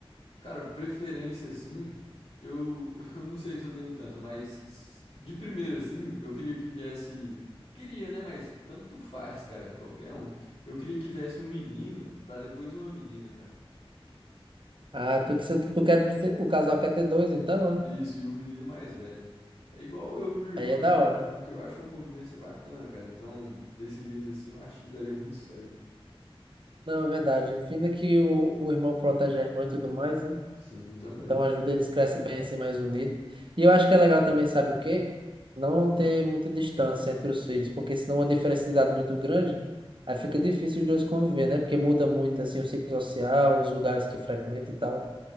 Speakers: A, on the left; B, on the right.
A: Cara, preferência assim, eu, <laughs> eu não sei se eu tenho tanta, mas de primeira assim, eu queria que viesse. Queria, né? Mas tanto faz, cara, qualquer um. Eu queria que viesse um menino pra depois uma menina, cara.
B: Ah, tu, que você- tu quer, o casal quer ter dois, então,
A: Isso,
B: né?
A: e o menino mais velho. É igual eu e minha irmã,
B: Aí é da
A: né?
B: hora.
A: É porque eu acho uma convivência bacana, cara. Então, desse jeito assim, eu acho que daria muito certo.
B: Não, é verdade. Ainda que o, o irmão protege a irmã e tudo mais, né?
A: Sim, também.
B: Então ajuda eles crescem bem assim, mais unidos. E eu acho que é legal também, sabe o quê? Não ter muita distância entre os filhos, porque senão uma diferença de idade muito grande, aí fica difícil os dois conviver, né? Porque muda muito assim o ciclo social, os lugares que frequenta e tal.